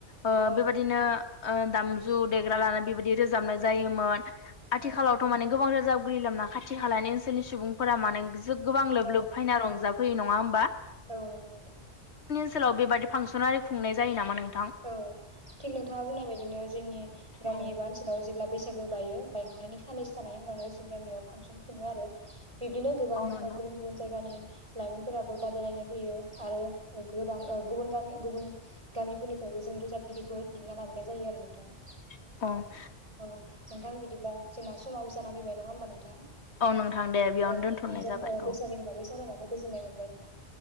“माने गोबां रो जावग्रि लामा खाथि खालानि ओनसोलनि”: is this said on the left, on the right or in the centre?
Left